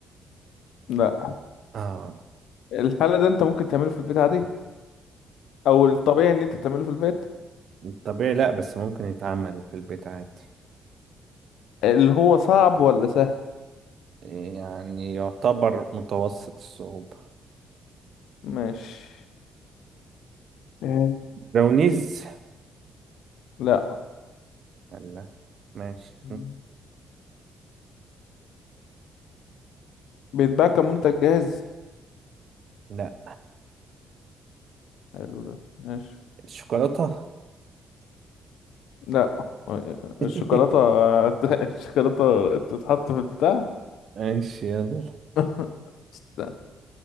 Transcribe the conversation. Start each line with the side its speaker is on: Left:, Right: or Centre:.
Left: لا
Right: اه
Left: الحالة ده انت ممكن تعمله في البيت عادي او الطبيعي ان انت تعمله في البيت
Right: طبيعي لا بس ممكن يتعمل في البيت عادي
Left: اللي هو صعب ولا سهل
Right: يعني يعتبر متوسط الصعوبة
Left: ماشي آه،
Right: براونيز
Left: لا
Right: لا ماشي
Left: مم. بيتباع كمنتج جاهز
Right: لا
Left: حلو ده ماشي
Right: الشوكولاتة
Left: لا
Right: <laughs>
Left: الشوكولاتة <laughs> الشوكولاتة تتحط في البتاع
Right: ماشي يلا
Left: <laughs> استنى